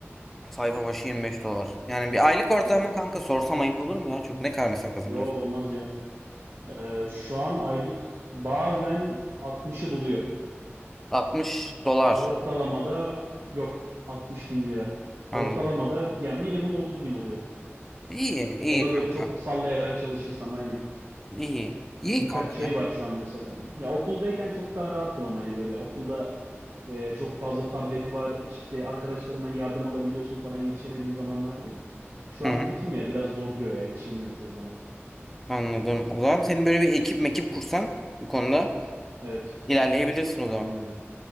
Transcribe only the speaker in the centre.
sayfa başı 25 dolar. Yani bir aylık ortalama
kanka sorsam ayıp olur mu ya? Çok ne kadar mesela kazanıyorsun?
60 dolar.
Anladım.
İyi, iyi
kanka.
İyi. İyi
kanka.
Hı
hı,
anladım. O zaman senin böyle bir ekip mekip kursan bu konuda
ilerleyebilirsin
o zaman.